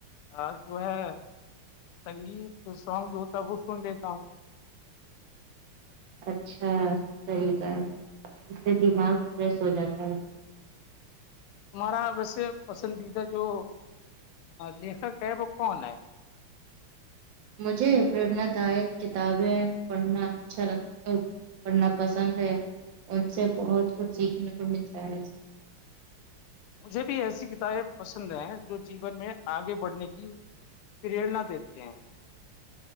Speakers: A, on the left (about 90°); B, on the right (about 65°).
A: ا جو ہے سنگیت سانگ جو ہوتا ہے وہ سن لیتا ہوں
B: اچھا طریقہ ہے اس سے دماغ فریش ہو جاتا ہے
A: ہمارا ویسے پسندیدہ جو لیکر کیا ہے وہ کون ہے
B: مجھے پرنا دائک کتابیں پڑھنا اچھا لگتا پڑھنا پسند ہے ان سے بہت کچھ سیکھنے کو ملتا ہے
A: مجھے بھی ایسی کتابیں پسند ہیں جو جیون میں آگے بڑھنے کی پیر رنا دیتے ہیں